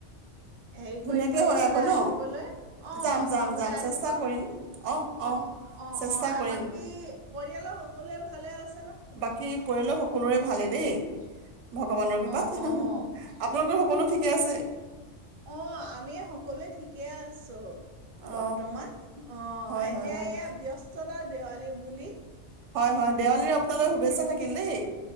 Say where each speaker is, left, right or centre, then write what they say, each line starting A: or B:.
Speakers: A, on the right; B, on the right.
A: হেৰি
B: ধুনীয়াকে
A: কৰিব এইফালে
B: হয় আকৌ ন
A: আহিবলৈ অ',
B: যাম যাম
A: চাবলৈ
B: যাম
A: আহিব।
B: চেষ্টা
A: অ',
B: কৰিম অহ অহ
A: অ', অ',
B: চেষ্টা
A: অ', আৰু
B: কৰিম
A: বাকী পৰিয়ালৰ হ কলোৱে ভালে আছ
B: বাকী পৰিয়ালৰ সক সকলোৰে ভালে দেই। ভগৱানৰ
A: অ',
B: কৃপাত
A: অ',
B: আপোনালোকৰ সকলো ঠিকে আছে।
A: অ', আমি সকলোৱে ঠিকে আছো বৰ্তমান
B: অ
A: অ',
B: হয়
A: এতিয়া
B: হয় হয়
A: এয়া ব্যস্ততা দেৱালী বুলি
B: হয়, হয় দেৱালীৰ আপোনালৈ শুভেচ্ছা থাকিল দেই।